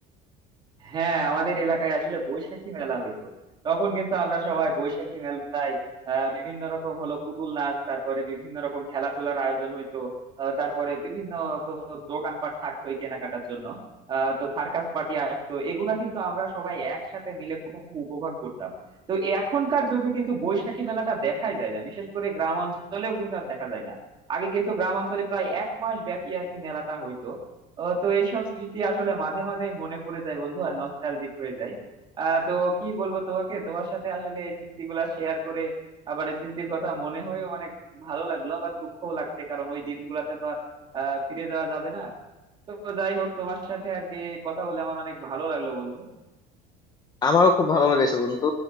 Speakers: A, on the right; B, on the left.
A: হ্যাঁ আমাদের এলাকায় আসলে বৈশাখী মেলা হইতো তখন কিন্তু আমরা সবাই বৈশাখী মেলায় আহ, বিভিন্ন রকম হলো পুতুল নাচ তারপরে বিভিন্ন রকম খেলাধুলার আয়োজন হইতো আহ, তারপরে বিভিন্ন তো দোকানপাট থাকতোই কেনাকাটার জন্য আহ, তো সার্কাস পার্টি আসতো এগুলা কিন্তু আমরা সবাই একসাথে মিলে খুব উপভোগ করতাম তো এখনকার যুগে কিন্তু বৈশাখী মেলাটা দেখাই যায় না বিশেষ করে গ্রাম অঞ্চলেও কিন্তু আর দেখা যায় না আগে কিন্তু গ্রাম অঞ্চলে প্রায় এক মাস ব্যাপী আর কি মেলাটা হইতো আহ তো এইসব স্মৃতি আসলে মাঝে মাঝে মনে পড়ে যায় বন্ধু আর নস্টালজিক হয়ে যায় আহ তো কি বলবো তোমাকে তোমার সাথে আসলে এই স্মৃতিগুলা শেয়ার করে আবার এই স্মৃতির কথা মনে হয়ে অনেক ভালো লাগলো আবার দুঃখও লাগছে কারণ ওই দিনগুলাতে তো আর আহ ফিরে যাওয়া যাবে না তো যাই হোক তোমার সাথে আর কি কথা বলে আমার অনেক ভালো লাগলো বন্ধু
B: আমারও খুব ভালো লেগেছে বন্ধু